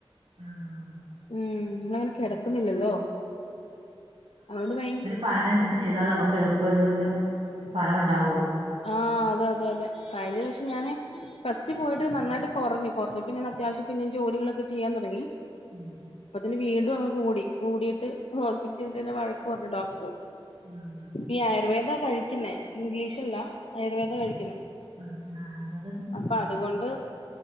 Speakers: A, on the right; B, on the left.
A: ആഹ്
B: ഉം ഇന്ന അങ്ങനെ കിടക്കുന്നില്ലല്ലോ
A: അയിന്റെ
B: അതോണ്ട് ഭ
A: പാലടെണ്ട് ചെയ്താൽ നമുക്ക് എളുപ്പം ഇതിന് ഫലം ഉണ്ടാവൊള്ളു
B: ആഹ് അതെ അതെ അതെ കഴിഞ്ഞ പ്ര വശ്യം ഞാന് ഫസ്റ്റ് പോയിട്ട് നന്നായിട്ട് കുറഞ്ഞ് കുറഞ്ഞപ്പോൾ ഞാൻ അത്യാവശ്യം പിന്നെ ജോലികളൊക്കെ ചെയ്യാൻ തുടങ്ങി
A: ഇം
B: എന്നിന് വീണ്ടും അങ്ങ് കൂടി കൂടിയിട്ട് ഹോസ്പിറ്റ തന്നെ വഴക്കു പറഞ്ഞു ഡോക്ടർ
A: ആഹ്
B: ഈ ആയുർവേദ കഴിക്കുന്നേ ഇംഗ്ലീഷല്ല ആയുർവേദ കഴിക്കുന്നേ
A: അത് ആഹ് അത് പിന്നെ
B: അപ്പൊ
A: നല്ലത്
B: അതുകൊണ്ട്